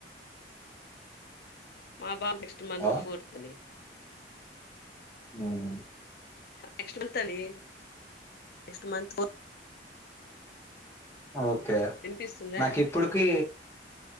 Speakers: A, on the left (about 60°); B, on the left (about 15°).
A: మా బాబ నెక్స్ట్
B: హలో
A: మంత్ ఫోర్త్ని
B: ఉమ్
A: నెక్స్ట్ మంత్ అండి నెక్స్ట్ మంత్ ఫోర్త్
B: ఓకే
A: వినిపిస్తుందా
B: నాకు ఇప్పటికీ